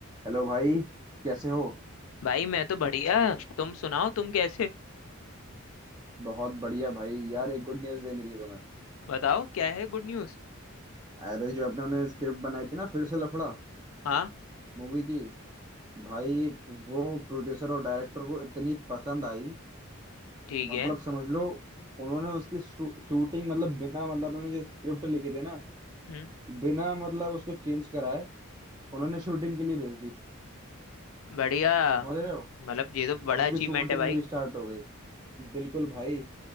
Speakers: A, on the right; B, on the left.
A: Hello भाई कैसे हो
B: भाई मैं तो बढ़िया तुम सुनाओ तुम कैसे
A: बहुत बढ़िया भाई यार एक गुड न्यूज़ देनी थी तुम्हें
B: बताओ क्या है गुड न्यूज़
A: अरे जो अपने ने स्क्रिप्ट बनाई थी ना फिर से लफड़ा
B: हाँ
A: मूवी की भाई वो प्रोड्यूसर और डायरेक्टर को इतनी पसंद आई
B: ठीक
A: मतलब
B: है
A: समझ लो उन्होंने उसकी शूटिंग मतलब बिना मतलब उन्होंने जो स्क्रिप्ट लिखी थी ना
B: हम्म
A: बिना मतलब उसको चेंज कराए उन्होंने शूटिंग के लिए भेज दी
B: बढ़िया
A: समझ रहे हो
B: मतलब ये तो बड़ा
A: अब उसकी
B: अचीवमेंट
A: शूटिंग
B: है भाई
A: भी स्टार्ट हो गई बिल्कुल भाई